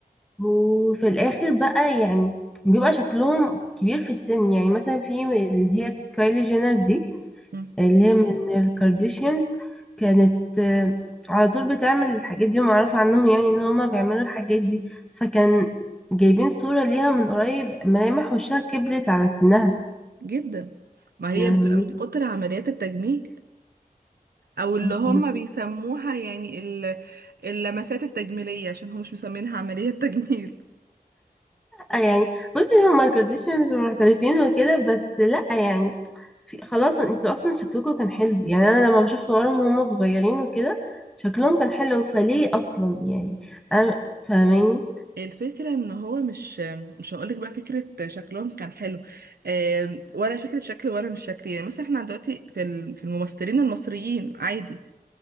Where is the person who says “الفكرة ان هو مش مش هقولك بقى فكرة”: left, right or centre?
Right